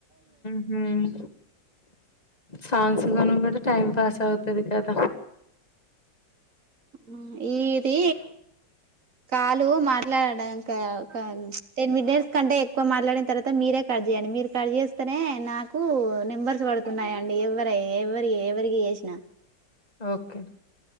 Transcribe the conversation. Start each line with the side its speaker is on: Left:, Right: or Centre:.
Left: ఉమ్ సాంగ్స్ కాను పెడితే టైం పాస్ అవుతది కద
Right: అం ఈ ఇదీ కాల్ లూ మా ఇలా ఇంకా ఒక టెన్ మిడర్స్ కంటే ఎక్కువ మాట్లాడిన తర్వాత మీరే కట్ చేయండి మీరు కట్ చేస్తనే నాకూ నెంబర్స్ పడుతున్నాయండి ఎవ్వరై ఎవ్వరి ఎవరికి చేసినా
Left: ఓకే